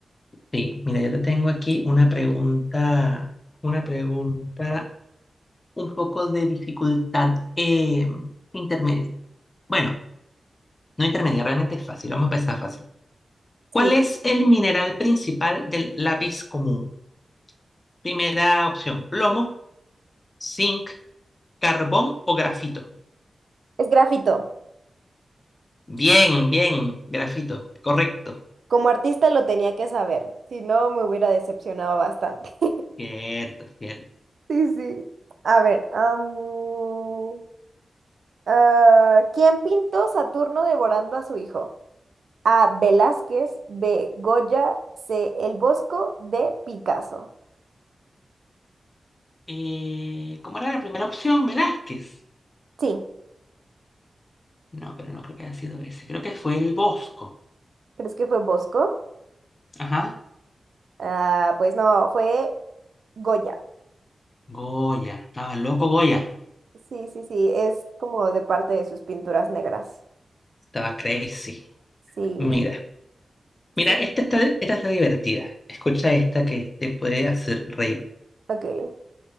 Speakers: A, on the left; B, on the right.
A: Sí, mira, yo te tengo aquí una pregunta, una pregunta un poco de dificultad eh, intermedia. Bueno, no intermedia, realmente es fácil, vamos a empezar fácil. ¿Cuál
B: Sí,
A: es el mineral principal del lápiz común? Primera opción, plomo, zinc, carbón o grafito.
B: es grafito.
A: Bien, bien, grafito, correcto.
B: Como artista lo tenía que saber, si no me hubiera decepcionado bastante. <laughs>
A: Cierto, cierto.
B: Sí, sí. A ver, am, ah, ¿quién pintó Saturno devorando a su hijo? A. Velázquez, B. Goya, C. El Bosco, D. Picasso.
A: Eh, ¿cómo era la primera opción? Velázquez.
B: Sí,
A: No, pero no creo que haya sido ese, creo que fue el Bosco.
B: ¿crees que fue Bosco?
A: Ajá.
B: Ah, pues no, fue Goya.
A: Goya, estaba loco Goya,
B: Sí, sí, sí, es como de parte de sus pinturas negras.
A: estaba crazy.
B: Sí,
A: Mira, mira,
B: sí,
A: esta está, esta está divertida. Escucha esta que te puede hacer reír.
B: ok.